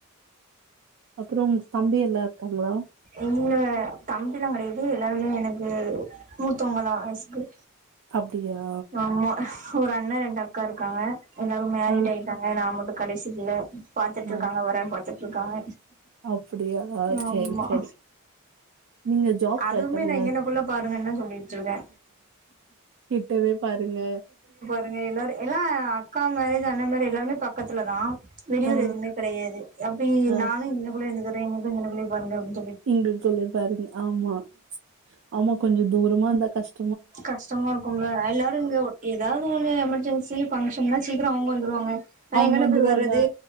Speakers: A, on the right; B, on the right.
A: அப்றோ தம்பியெல்லா இருக்காங்களா
B: எங்க தம்பியெல்லா கெடையாது எல்லாருமே எனக்கு மூத்தவங்கதா ஆக்சுலி
A: அப்டியா
B: ஆமா ஒரு அண்ண ரெண்டு அக்கா இருக்காங்க எல்லாரும் மேரிட்
A: ஆ
B: ஆய்ட்டாங்க நா மட்டு கடைசீ பிள்ள பாத்துட்ருக்காங்க
A: ஆ
B: வரண் பாத்துட்ருக்காங்க
A: அப்டியா
B: ஆமா
A: சேரி சேரி நீங்க ஜாப்
B: அதுவுமே
A: ட்ரை பண்ணுங்க
B: நா இங்கனக்குள்ள பாருங்கன்னு தா சொல்லிட்டு இருக்கே
A: கிட்டவே பாருங்க
B: இவுங்க எல்லாரு எல்லா அக்கா மேரேஜ் அண்ணா மேரேஜ் எல்லாருமே பக்கத்துலதா வெளியூர்
A: ஆ
B: எதுமே கெடையாது அப்டி
A: ஆ
B: நானு இங்கனகுள்ளயே இந்துகுறே இங்கனகுள்ளயே பாருங்க அப்டினு
A: இங்க குள்ளே பாருங்க ஆமா ஆமா கொஞ்சோ தூரமா இருந்தா கஷ்
B: கஷ்டமா இருக்குமல்ல எல்லாரு இங்க ஏதாது ஒன்னு எமர்ஜன்சி ஃபங்க்ஷன்னா சீக்கிரோ அவுங்க வந்துருவாங்க நா
A: அவங்க
B: எங்கன
A: வந்துருவாங்க
B: போய் வர்றது